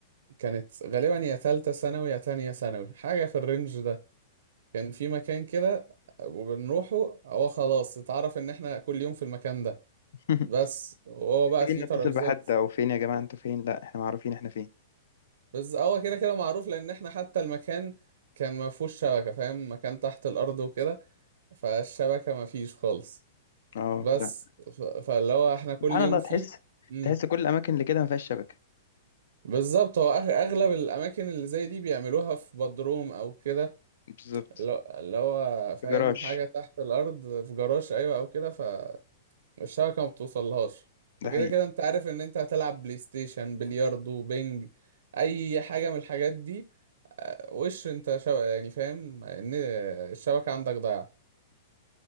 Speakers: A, on the right; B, on the left.
A: كانت غالبا يا تالتة ثانوي يا تانية ثانوي حاجة في الرينج ده كان في مكان كده وبنروحه هو خلاص اتعرف ان احنا كل يوم في المكان ده
B: <laughs>
A: بس وهو
B: محتاجين
A: بقى فيه ترابيزات
B: نتصل بحد أو فين يا جماعة أنتوا فين لا إحنا معروفين إحنا فين
A: بس هو كده كده معروف لان احنا حتى المكان كان ما فيهوش شبكة فاهم مكان تحت الارض وكده فالشبكة ما فيش خالص
B: اه
A: بس
B: لا
A: ف- فاللي هو احنا كل
B: سبحان
A: يوم
B: الله
A: فيه
B: تحس
A: امم
B: تحس كل الأماكن اللي كده ما فيهاش شبكة
A: بالظبط هو أغ- اغلب الاماكن اللي زي دي بيعملوها في بدروم او كده
B: بالظبط
A: اللي هو اللي هو فاهم
B: في جراج
A: حاجة تحت الارض في جراج ايوه او كده ف الشبكة ما بتوصلهاش فكده
B: ده حقيقي
A: كده انت عارف ان انت هتلعب بلاي ستيشن بلياردو بينج اي حاجة من الحاجات دي وش انت شو... يعني فاهم ان الشبكة عندك ضايعة